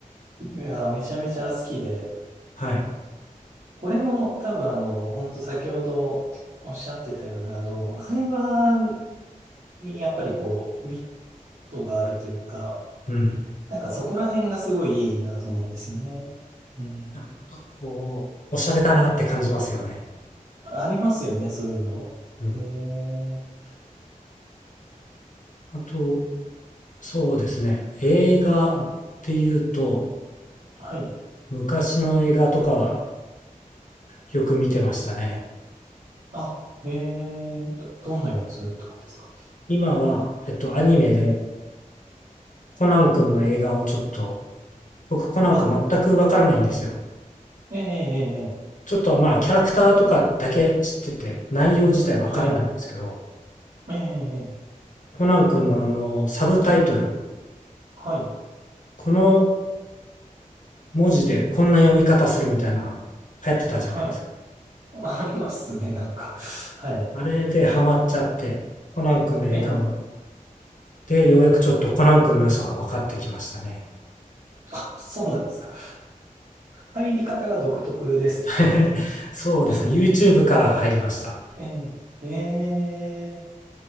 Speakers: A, on the right (about 65°); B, on the left (about 65°).
A: いや、めちゃめちゃ好きで、
B: はい。
A: これも多分あの、本当先ほどおっしゃってたような、あの、会話に、やっぱりこう、ウィットがあるというか、
B: うん。
A: なんかそこら辺がすごいいいなと思うんですよね。うん。
B: なんかこう、おしゃれだなって感じますよね。
A: ありますよね、そういうの。
B: うん。
A: へえ、
B: あと、そうですね。映画っていうと、
A: はい、はい。
B: 昔の映画とかはよく見てましたね。
A: あ、ええ、ど、どんなやつとかですか
B: 今は、えっと、アニメで、コナン君の映画をちょっと、僕コナン君全くわからないんですよ。
A: あ、ええ、ええ、え
B: ちょっとまあキャラクターとかだけ知ってて内容自体わからないんですけど、
A: えはい、ええ、ええ
B: コナン君のあのサブタイトル、
A: はい、
B: この文字でこんな読み方するみたいな流行ってたじゃないですか。
A: はい。<laughs> ありますね、なんか。<laughs> はい。
B: あれでハマっちゃって、コナン君の映画
A: ええ、
B: でようやくちょっとコナン君の良さが分かってきましたね。
A: あ、そうなんですか。あ入り方が独特ですね。
B: <laughs> そうですね、
A: <laughs>
B: YouTube から入りました。
A: ええ、ええ